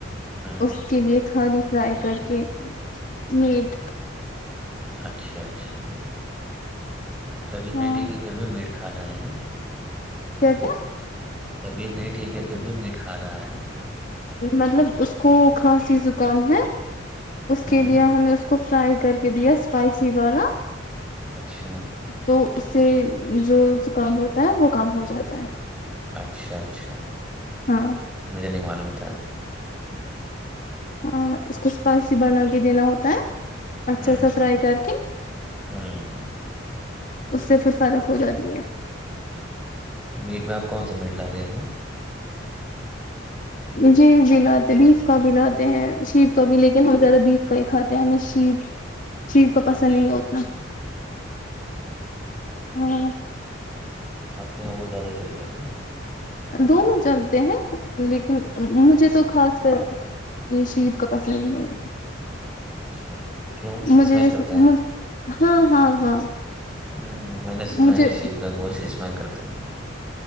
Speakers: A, in the centre; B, on the left.
A: ہوں
B: اس کے لیے کھانی فرائی کر کے میٹ
A: اچھا اچھا طبیعت
B: ہاں
A: نہیں ٹھیک کہ پھر بھی میٹ کھا رہے ہیں
B: کیا کیا
A: طبیعت نہیں ٹھیک ہے پھر بھی میٹ کھا رہا ہے
B: مطلب اس کو خھاصسی زکام ہے اس کے
A: ہوں
B: لیے ہم نے اس کو فرائی کر کے دیا اسپائسی والا
A: اچھا
B: تو اس سے جو کام ہوتا ہے وہ کام ہو جاتا ہے
A: اچھا اچھا
B: ہاں
A: مجھے نہیں معلوم تھا
B: ہاں اس کو اسپائسی بنا کے دینا ہوتا ہے اچھا
A: ہوں
B: سا فرائی
A: ہوں
B: کر کن
A: ہوں ہ
B: اس سے پھر فرق ہو جاتی ہے
A: میٹ میں آپ کون سا میٹ لاتے ہیں
B: ہ جی جی لاتے بیف کا بھی لاتے ہیں شیف کا بھی لیکن ہم زدہ بیف کئی خاتے ہم شی شف کو پسند
A: اچھا
B: نہیں ہے اتنا ہاں
A: ہ آپ کے یہاں وہت زیادہ چلتا ہے
B: دونوں چلتے ہیں لیکن مجھے تو خاص کر یہ شیب کا پسند ہی نہیں ہے
A: اچھا کیوں
B: مجھے
A: اسمیل
B: جیسے
A: کرتا ہے
B: ہاں ہاں ہاں
A: ہ میں نے سنا
B: مجھے
A: ہے شیپ کا گوشت استعمال کرتا ہے